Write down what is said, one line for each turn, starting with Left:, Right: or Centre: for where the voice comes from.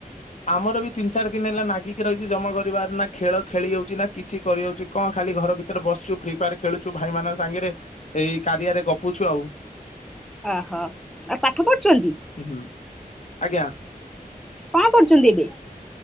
Left: ଆମର ବି ତିନି ଚାରି ଦିନ ହେଲା ନାଗିକି ରହିଛି ଜମା ଘରୁ ବାହାରୁନା ଖେଳ ଖେଳି ହୋଉଚି ନା କିଛି କରି ହୋଉଚି। କଣ ଖାଲି ଘର ଭିତରେ ବସଛୁ ଫ୍ରି ଫାୟାର ଖେଳୁଛୁ ଭାଇ ମାନଙ୍କ ସାଙ୍ଗରେ ଏଇ କାରିଆରେ ଗପୁଛୁ ଆଉ
Centre: ଅହ ଆଉ ପାଠ ପଢୁଛନ୍ତି।
Left: ହୁଁ ଆଜ୍ଞା
Centre: କଣ କରୁଚନ୍ତି ଏବେ?